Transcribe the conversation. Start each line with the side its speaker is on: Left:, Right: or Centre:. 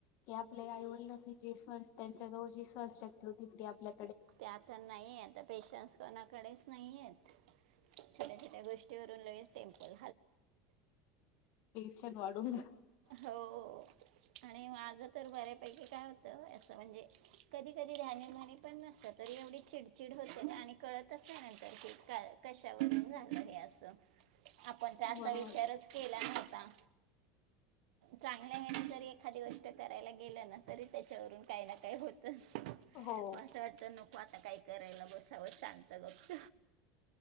Left: की आपल्या आई-वडिलांनी जे स्वण त्यांच्या जवळ जी सहनशक्ती होती ती आपल्या
Right: त्या आता नाही आता पेशन्स कोणाकडेच. नाहीयेत छोट्या-छोट्या गोष्टींवरून लगेच टेम्पल
Left: छान वाढुन
Right: हो आणि माझ तर बऱ्यापैकी काय होतं असं म्हणजे कधी-कधी ध्यानीमनी पण नसत तर एवढी चिडचिड होते आणि कळतच नाही नंतर की काय कशावरून झालं हे असं. आपण त्या असा
Left: बरोबर
Right: विचारच केला नव्हता. चांगल्या हेण जरी एखादी गोष्ट करायला गेलं ना तरी त्याच्यावरून काही ना काही होत. <inaudible> म
Left: हो
Right: असं वाटत नको आता काय करायला बसावं शांत, गप्प.